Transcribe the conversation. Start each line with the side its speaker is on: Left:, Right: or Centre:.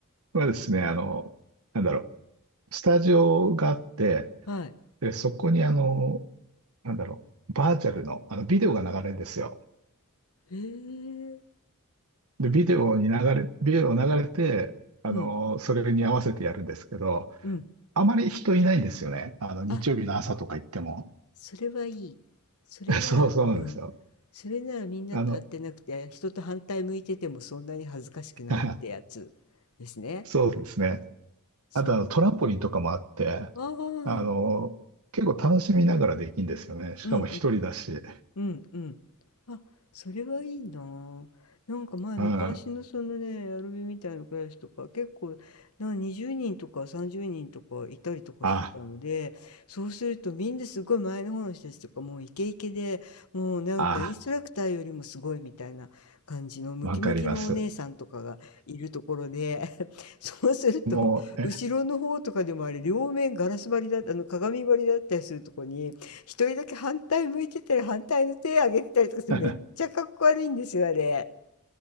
Right: はですね、あの、なんだろう、スタジオがあって、
Left: はい。へ
Right: で、そこにあの、なんだろう、バーチャルの、あの、ビデオが流れるんですよ。
Left: え。
Right: で、ビデオに流れ、ビデオ流れて、あの、
Left: うん、
Right: それに合わせてやるんですけど、
Left: うん。
Right: あまり人いないんですよね。あの、日曜日の朝とか行っても。
Left: あ、それはいい。それなら、
Right: <laughs> そうそうなんですよ。
Left: うん。それならみんなと会ってなくて、
Right: あの、
Left: 人と反対向いててもそんなに恥ずかしくないってやつですね。
Right: <laughs> そうですね。
Left: うん。そ
Right: あと、あの、トランポリンとかもあって、
Left: う。ああ、うん
Right: あの、結構楽しみながらできるんですよね。しかも一人だし。
Left: うん。うんうん。あ、それはいいなあ。なんか前昔のそのね、
Right: うん。
Left: アルビみたいなクラスとか結構な20人とか30人とかいたりとかしてたので、
Right: あ、
Left: そうするとみんなすごい前の方の人たちとかもうイケイケで、もうなんかインストラクターよりもすごいみたいな感じのムキムキのお姉さんとかがいるところで、
Right: あ、わかります。
Left: <laughs> そうすると後ろの方とかでもあれ両面ガラス張りだ、
Right: もう、え
Left: あの鏡張りだったりするとこに一人だけ反対向いてたり、反対の手上げてたりとかする、
Right: <laughs>
Left: めっちゃかっこ悪いんですよ、あれ。